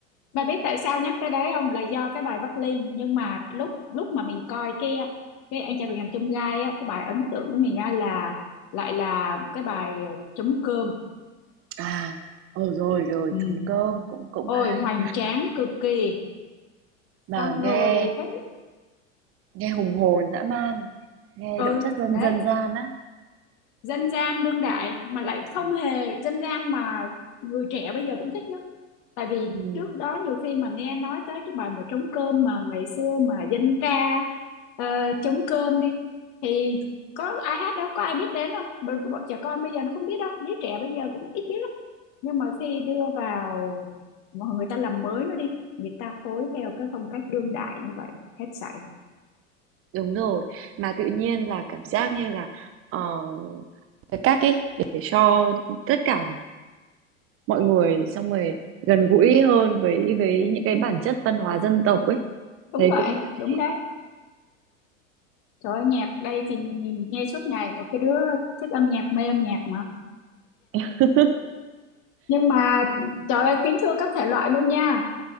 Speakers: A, on the left; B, on the right.
A: Bà biết tại sao nhắc tới đấy không? Là do cái bài Bắc Linh nhưng mà lúc lúc mà mình coi cái cái anh trai vượt ngàn chông gai á, cái bài ấn tượng của mình á là lại là cái bài ờ, chấm cơm.
B: À, ờ rồi rồi,
A: Ừ.
B: Trống Cơm cũng cũng
A: Ôi
B: hay.
A: hoành tráng cực kỳ.
B: Mà
A: Xong
B: nghe
A: rồi cái
B: nghe hùng hồn dã man, nghe
A: ừ
B: đậm chất dân
A: đấy
B: dân gian á.
A: dân gian đương đại mà lại không
B: Ừ.
A: hề dân gian mà người trẻ bây giờ cũng thích nữa tại vì
B: Ừ.
A: trước đó nhiều khi mà nghe nói tới cái bài mà trống cơm mà ngày xưa mà dân ca ờ, trống cơm đi thì có ai hát đâu có ai biết đến đâu bọn, bọn trẻ con bây giờ nó không biết đâu giới trẻ bây giờ cũng ít biết lắm nhưng mà khi đưa vào mà người ta làm mới nó đi người ta phối theo cái phong cách đương đại như vậy hết sảy
B: Đúng rồi, mà tự nhiên là cảm giác như là, ờ, Cái cách ấy để cho tất cả mọi người xong rồi gần gũi hơn với với những cái bản chất văn hóa dân tộc ấy.
A: đúng
B: Thấy
A: vậy
B: cũng hay.
A: đúng đấy Trời ơi, nhạc đây thì nhìn nghe suốt ngày một cái đứa thích âm nhạc mê âm nhạc mà
B: <laughs>
A: nhưng mà trời ơi kính thưa các thể loại luôn nha